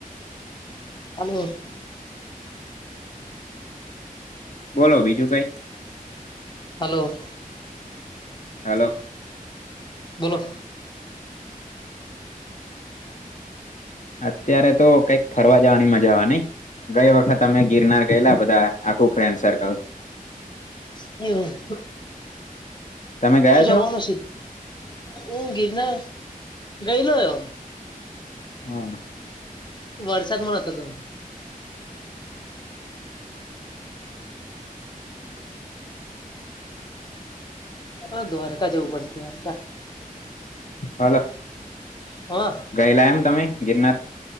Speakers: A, on the left; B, on the left.
A: હલો.
B: બોલો બીજું કઈ
A: હલો.
B: હેલો.
A: બોલો
B: અત્યારે તો કઈક ફરવા જવાની મજા આવેવા નઈ ગઈ વખત અમે ગિરનાર ગયેલા બધા આખું ફ્રેન્ડ સર્કલ
A: <inaudible>
B: તમે ગયા
A: હું જવાનો
B: છો
A: છું હું ગિરનાર ગયલોયયો
B: હા
A: વરસાદમા નતો ગયો હ દ્વારકા જવું પડશે દ્વારકા
B: હાલો
A: હા
B: ગયેલા એમ તમે ગિરનાર